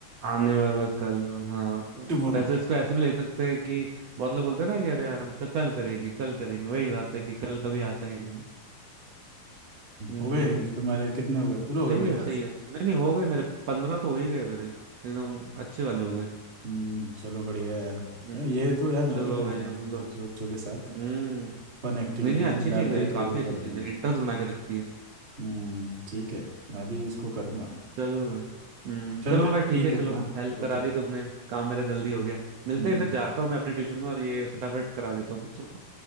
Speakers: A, on the right (about 70°); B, on the right (about 25°).
A: आने वाला कल हाँ
B: टुमारो
A: ऐसे इसको ऐसे भी लिख सकते हैं कि बहुत लोग बोलते हैं ना कि अरे यार क- कल करेंगे कल करेंगे वही बात है कि कल कभी आता ही नहीं हम्म
B: हो गए तुम्हारे कितने हो गए पूरे हो गए
A: सही
B: मेरे
A: है
B: ख्याल
A: सही
B: से
A: है नहीं नहीं हो गए मेरे पंद्रह तो हो ही गए मेरे एकदम अच्छे वाले हो गए
B: हम्म, चलो बढ़िया है यार
A: हम्म
B: ये तो यार मैं
A: चलो
B: भी करूँगा
A: भाई मतलब
B: बच्चों बच्चों के साथ
A: हम्म
B: फन एक्टिविटीज
A: नहीं नहीं अच्छी
B: में डाल
A: चीज
B: के
A: है
B: खेला
A: काफी अच्छी
B: करूँगा
A: चीज है इंटर्न्स बना के रखती है
B: हम्म ठीक है मैं भी इसको करूँगा
A: चलो भाई हम्म
B: चलो
A: चलो भाई ठीक
B: ठीक
A: है
B: है
A: चलो
B: फिर हाँ
A: हेल्प करा
B: ओके
A: दी तुमने काम मेरा जल्दी हो गया मिलते
B: हम्म
A: हैं
B: हम्म,
A: फिर जाता हूँ मैं अपने ट्यूशन में और ये फटाफट करा देता हूँ बच्चों को